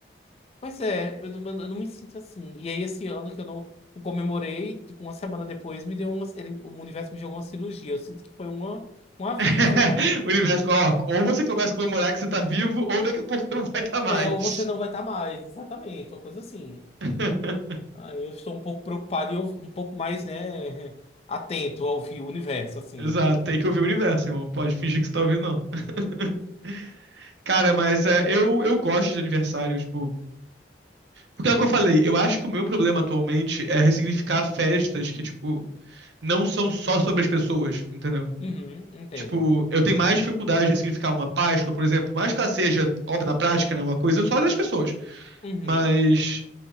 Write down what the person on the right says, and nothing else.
<laughs> O universo, ó, ou você começa a comemorar que você tá vivo, ou daqui a pouco você não vai estar mais.
<laughs>
Exato, tem que ouvir o universo, irmão. Pode fingir que você tá ouvindo, não. <laughs> Cara, mas é, eu, eu gosto de aniversário, tipo. Porque é o que eu falei, eu acho que o meu problema atualmente é ressignificar festas que, tipo, não são só sobre as pessoas, entendeu?
Tipo, eu tenho mais dificuldade de ressignificar uma Páscoa, por exemplo, mais que ela seja, óbvio, na prática, né, uma coisa só das pessoas,
mas